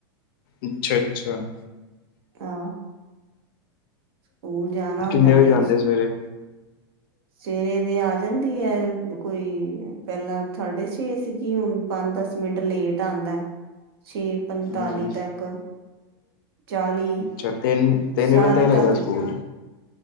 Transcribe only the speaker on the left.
ਅੱਛਾ-ਅੱਛਾ।
ਕਿੰਨੇ ਵਜੇ
ਜਾਂਦੇ ਸਵੇਰੇ?
ਹੂੰ।
ਅੱਛਾ ਤਿੰਨ, ਤਿੰਨ
ਵਜੇ ਤੱਕ ਲਗਦਾ
ਸਕੂਲ।